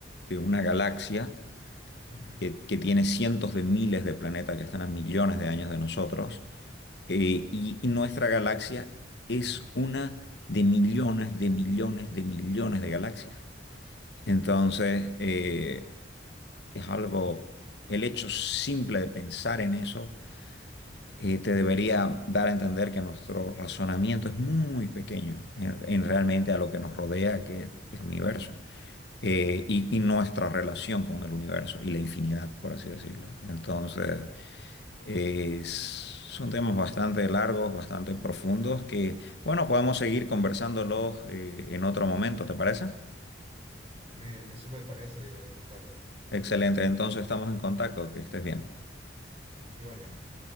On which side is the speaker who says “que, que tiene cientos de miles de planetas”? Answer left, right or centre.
Left